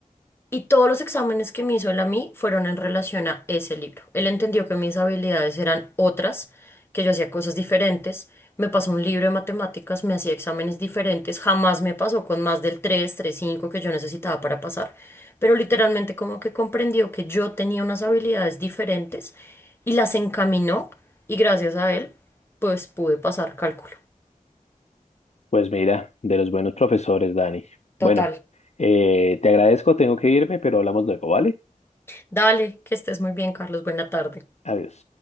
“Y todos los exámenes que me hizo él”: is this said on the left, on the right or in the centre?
Left